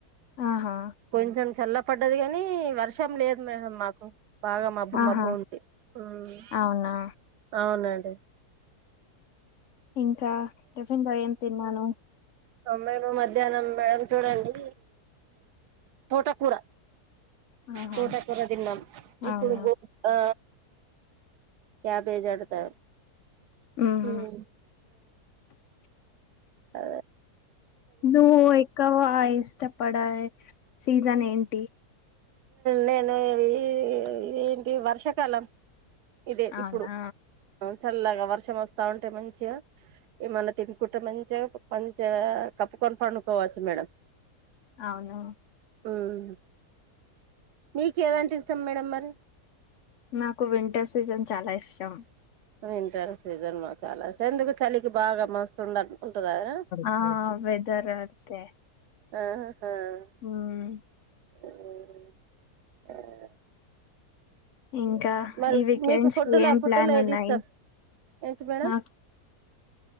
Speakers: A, on the left (about 65°); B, on the right (about 85°).
A: ఆహా
B: కొంచెం చల్ల పడ్డది కాని వర్షం లేదు మేడం మాకు బాగా మబ్బు
A: ఆహా
B: మబ్బు ఉంది, మ్
A: అవునా
B: అవునండి
A: ఇంకా టిఫిన్ బై ఏం తిన్నాను
B: తొంభై మూ మధ్యాహ్నం మేడం చూడండి తోటకూర
A: ఆహా
B: తోటకూర తిన్నాం ఇప్పుడు
A: అవునా
B: గో ఆ క్యాబేజ్ వాడతా,
A: ఉహు
B: మ్ అ
A: నువ్వు ఎక్కువ ఇష్టపడ సీజన్ ఏంటి?
B: నేను ఎల్లి ఏంటి వర్షాకాలం ఇదే
A: అవునా
B: ఇప్పుడు చల్లాగా వర్షం వస్తా ఉంటే మంచిగా ఏమన్న తినుకుంట మంచిగా మంచిగా కప్పుకొని పండుకోవచ్చు మేడం
A: అవును
B: మ్మ్ మీకు ఏదంటే ఇష్టం మేడం మరి
A: నాకు వింటర్ సీజన్ చాలా ఇష్టం
B: వింటర్ సీజన్ లో చాలా ఇష్టం ఎందుకు చలికి బాగా మస్తుండాలి ఉంటద రా
A: ఆ వెదర్ అంతే
B: ఆహా
A: ఉమ్
B: మ్మ్ మ్మ్
A: ఇంకా
B: మరి
A: ఈ వీకెండ్స్
B: మీకు ఫుడ్లా
A: కి ఏం
B: ఫుడ్లో
A: ప్లాన్
B: ఏది
A: ఉన్నాయి
B: ఇష్టం ఏంటి మేడం
A: నాకు